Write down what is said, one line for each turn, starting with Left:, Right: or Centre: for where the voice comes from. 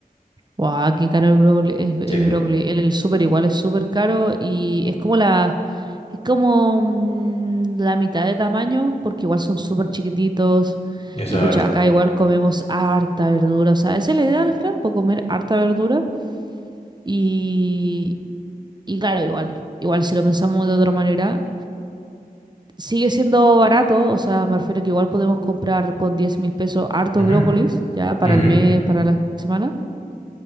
Right: Guau, qué caro el brócoli. es El
Left: Sí,
Right: brócoli. En el súper igual es súper caro y es como la, es como mm, la mitad de tamaño porque igual son súper chiquititos
Left: exacto.
Right: y pucha, acá igual comemos harta verdura. O sea, esa es la idea al final, por comer harta verdura y, y claro, igual, igual si lo pensamos de otra manera, sigue siendo barato. O sea, me refiero que igual podemos comprar con diez mil pesos hartos
Left: Ujú,
Right: brócolis ya para
Left: ujú.
Right: el mes, para la semana.